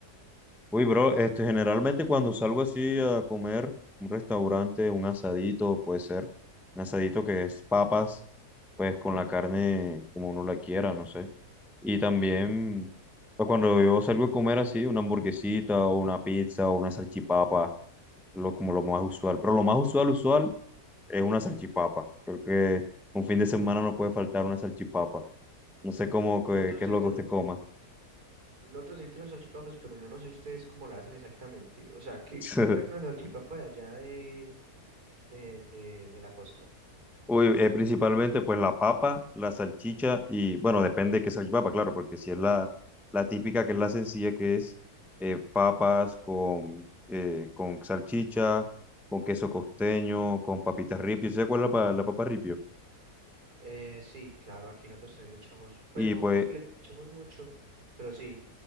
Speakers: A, in the centre; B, on the right.
A: Uy, bro, este, generalmente cuando salgo así a comer, un restaurante, un asadito, puede ser, un asadito que es papas, pues con la carne como uno la quiera, no sé. Y también, pues cuando yo salgo a comer así, una hamburguesita o una pizza o una salchipapa, lo, como lo más usual. Pero lo más usual, usual, es una salchipapa. Creo que un fin de semana no puede faltar una salchipapa. No sé cómo, que-
B: Nosotros
A: qué,
B: también
A: es lo
B: tenemos
A: que usted coma.
B: Nosotros sí tenemos salchipapas, pero yo no sé ustedes cómo la hacen exactamente. O sea, ¿qué,
A: <laughs>
B: qué trae una salchipapa de allá de, de, de, de la costa?
A: Uy, eh, principalmente pues la papa, la salchicha y bueno, depende de qué salchipapa, claro, porque si es la, la típica, que es la sencilla, que es eh, papas con, eh, con salchicha, con queso costeño, con papitas ripio, ¿sí se acuerda la, la papa ripio?
B: Eh, sí, claro, aquí nosotros también le echamos, pues
A: Y
B: no
A: pues
B: es que le echamos mucho, pero sí,